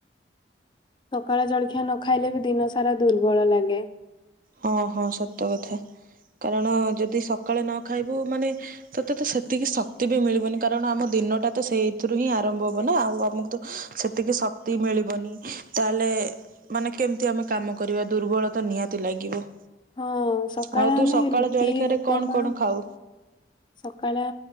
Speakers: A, on the left; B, on the right.
A: ସକାଳ ଜଳଖିଆ ନ ଖାଇଲେ ବି, ଦିନ ସାରା ଦୁର୍ବଳ ଲାଗେ।
B: ହଁ, ହଁ, ସତ କଥା। କାରଣ, ଯଦି ସକାଳେ ନ ଖାଇବୁ, ମାନେ ତତେ ତ ସେତିକି ଶକ୍ତି ବି ମିଳିବନି, କାରଣ ଆମ ଦିନଟା ତ ସେଇଥିରୁ ହିଁ ଆରମ୍ଭ ହବ ନା, ଆଉ ଆମକୁ ତ ସେତିକି ଶକ୍ତି ମିଳିବନି ତାହେଲେ ମାନେ, କେମତି ଆମେ କାମ କରିବା? ଦୁର୍ବଳ ତ ନିହାତି ଲାଗିବ।
A: ହଁ, ସକାଳେ
B: ଆଉ ତୁ
A: ଆମେ
B: ସକାଳ
A: ରୁଟି,
B: ଜଳଖିଆରେ
A: ଉପମା
B: କଣ କଣ ଖାଉ?
A: ସକାଳେ